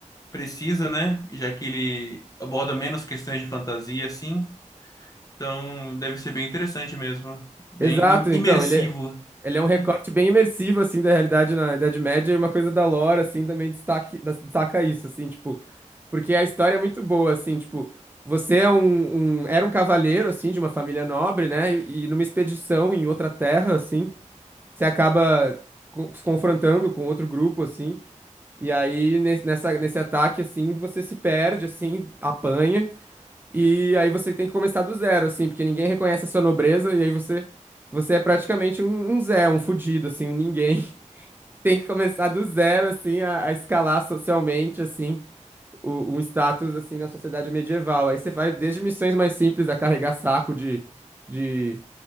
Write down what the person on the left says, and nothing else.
preciso, né? Já que ele aborda menos questões de fantasia, assim. Então, deve ser bem interessante mesmo, bem
im-
imersivo.
Hum.